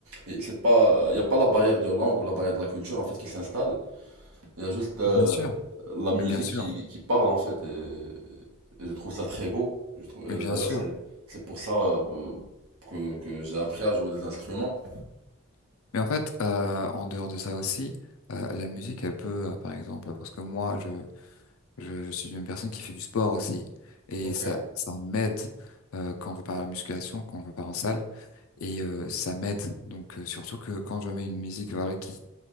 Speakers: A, on the right (about 80°); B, on the left (about 75°).
A: et c'est pas, y a pas la barrière de langue ou la barrière de la culture en fait qui s'installe. Il y a juste euh,
B: Bien sûr,
A: la musique
B: mais bien sûr,
A: qui, qui parle en fait. Et, et je trouve ça très beau. Je trouve, et
B: mais bien
A: d'ailleurs
B: sûr.
A: c'est, c'est pour ça euh, que, que j'ai appris à jouer des instruments.
B: Mais en fait, euh, en dehors de ça aussi, euh, la musique, elle peut, euh, par exemple, parce que moi, je, je, je suis une personne qui fait du sport aussi, et
A: Ok.
B: ça, ça m'aide euh, quand je pars à la musculation, quand je pars en salle, et euh, ça m'aide. Donc, euh, surtout que quand je mets une musique, voilà, qui,